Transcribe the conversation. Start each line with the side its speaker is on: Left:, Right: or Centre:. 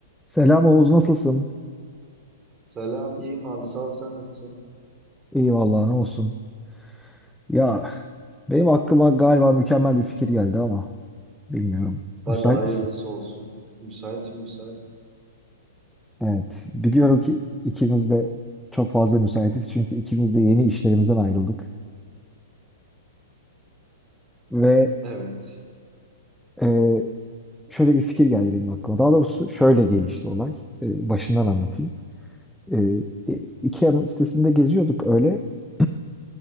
Centre: Selam Oğuz nasılsın?
Right: Selam, iyiyim abi. Sağ ol, sen nasılsın?
Centre: İyi vallahi ne olsun. Ya benim aklıma galiba mükemmel bir fikir geldi ama bilmiyorum.
Right: Hadi
Centre: Müsait
Right: hayırlısı
Centre: misin?
Right: olsun. Müsaitim, müsaitim.
Centre: Evet. Biliyorum ki ikimiz de çok fazla müsaitiz çünkü ikimiz de yeni işlerimizden ayrıldık. Ve
Right: Evet.
Centre: e, şöyle bir fikir geldi benim aklıma. Daha doğrusu şöyle gelişti olay. E, başından anlatayım. E, e, IKEA'nın sitesinde geziyorduk öyle. <clears throat>